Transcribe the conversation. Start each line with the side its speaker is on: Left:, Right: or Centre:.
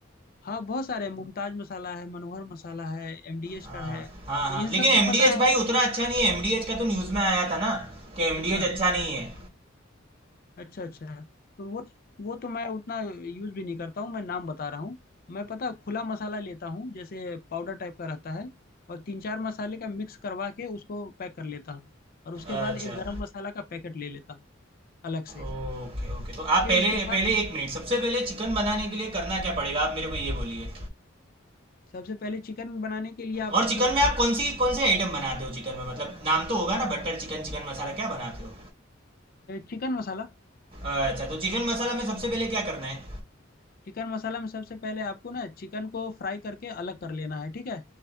Left: हाँ बहुत सारे हैं। मुमताज मसाला है मनोहर मसाला है एमडीएच
Right: आ,
Left: का है
Right: हाँ
Left: तो
Right: हाँ
Left: इन
Right: लेकिन
Left: सबको
Right: एमडीएच
Left: पता है
Right: भाई उतना अच्छा नहीं है एमडीएच का तो न्यूज़ में आया था ना कि एमडीएच
Left: अच्छा
Right: अच्छा नहीं है
Left: अच्छा अच्छा तो वो वो तो मैं उतना यूज भी नहीं करता हूँ मैं नाम बता रहा हूँ मैं पता है, खुला मसाला लेता हूँ जैसे पाउडर टाइप का रहता है और तीन चार मसाले का मिक्स करवा के उसको पैक कर लेता हूँ और उसके
Right: अच्छा
Left: बाद एक गरम मसाला का पैकेट ले लेता हूँ अलग से
Right: ओके ओके तो आप
Left: फिर
Right: पहले
Left: उसके बाद
Right: पहले एक मिनट सबसे पहले चिकन बनाने के लिए करना क्या पड़ेगा आप मेरे को ये बोलिए
Left: सबसे पहले चिकन बनाने के लिए आपको
Right: और चिकन में आप कौन सी कौन से आइटम बनाते हो चिकन में मतलब नाम तो होगा ना बटर चिकन चिकन मसाला क्या बनाते हो
Left: चिकन मसाला
Right: अच्छा तो चिकन मसाला में सबसे पहले क्या करना है
Left: चिकन मसाला में सबसे पहले आपको ना चिकन को फ्राई करके अलग कर लेना है ठीक है